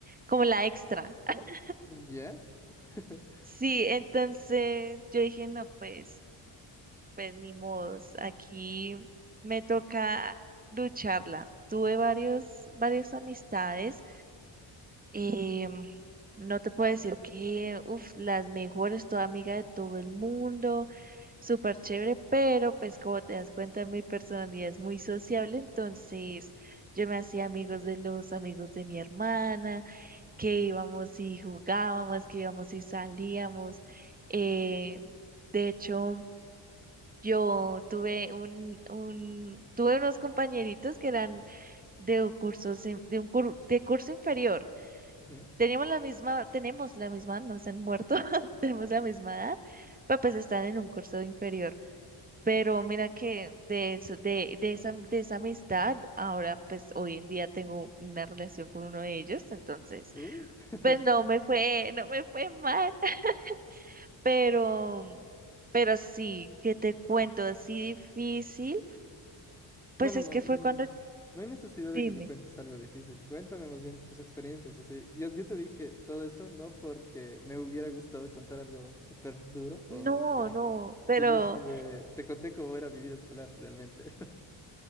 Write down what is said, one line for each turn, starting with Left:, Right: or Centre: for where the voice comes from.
Right: como la extra. <laughs>
Centre: ¿Ya? <laughs>
Right: Sí, entonces yo dije, no, pues. Pues ni modos, aquí me toca lucharla. Tuve varios, varias amistades. eh, no te puedo decir que, uff, las mejores, toda amiga de todo el mundo, súper chévere, pero pues como te das cuenta, mi personalidad es muy sociable, entonces yo me hacía amigos de los amigos de mi hermana, que íbamos y jugábamos, que íbamos y salíamos. eh, de hecho... Yo tuve un, un, tuve unos compañeritos que eran de cursos, in- de un cur- de curso inferior.
Centre: Ujú.
Right: Teníamos la misma, tenemos la misma, no se han muerto, <laughs> tenemos la misma edad, pero pues están en un curso inferior. Pero mira que de eso, de, de esa, de esa amistad, ahora pues hoy en día tengo una relación con uno de ellos, entonces
Centre: Uh. <laughs>
Right: pues no me fue, no me fue mal, <laughs> pero, pero sí, que te cuento así difícil. Pues
Centre: No, no,
Right: es
Centre: no.
Right: que fue
Centre: mm,
Right: cuando,
Centre: No hay necesidad de
Right: dime,
Centre: que me cuentes algo difícil. Cuéntame más bien tus experiencias, así. Yo, yo te dije todo eso no porque me hubiera gustado contar algo súper duro o
Right: no,
Centre: difícil,
Right: no, pero
Centre: sino es que te conté cómo era mi vida escolar realmente.